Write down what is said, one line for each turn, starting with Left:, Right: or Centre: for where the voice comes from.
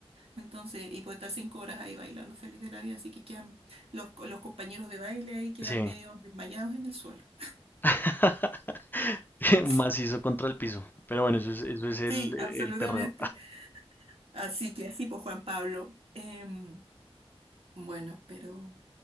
Right: Entonces, y puedo estar cinco horas ahí bailando feliz de la vida, así que quedan los, co- los compañeros de baile ahí quedan
Left: Sí.
Right: medio desmayados en el suelo.
Left: <laughs>
Right: <laughs>
Left: Macizo
Right: Sí,
Left: contra el piso. Pero bueno, eso es, eso es el,
Right: sí,
Left: el
Right: absolutamente.
Left: perreo.
Right: Así que así, pues Juan Pablo. em, bueno, pero